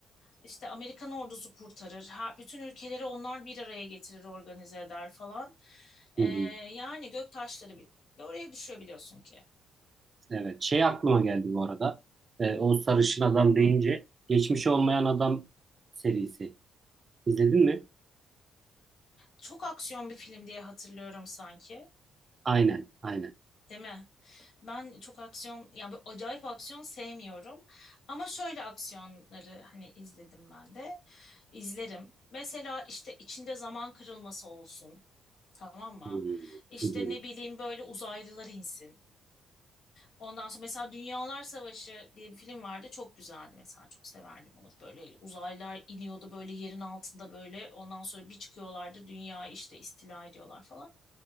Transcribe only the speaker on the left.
İşte Amerikan ordusu kurtarır. Her, bütün ülkeleri onlar bir araya getirir, organize eder falan. E,
yani gök taşları bile oraya düşüyor biliyorsun ki.
Hı.
Çok aksiyon bir film diye hatırlıyorum sanki,
değil mi? Ben çok aksiyon yani bir acayip aksiyon sevmiyorum. Ama şöyle aksiyonları hani izledim ben de. İzlerim. Mesela işte içinde zaman kırılması olsun. Tamam mı?
İşte
ne bileyim böyle uzaylılar insin. Ondan sonra mesela Dünyalar Savaşı diye bir film vardı. Çok güzeldi mesela. Çok severdim onu. Böyle uzaylılar iniyordu böyle yerin altında böyle. Ondan sonra bir çıkıyorlardı dünyayı işte istila ediyorlar falan.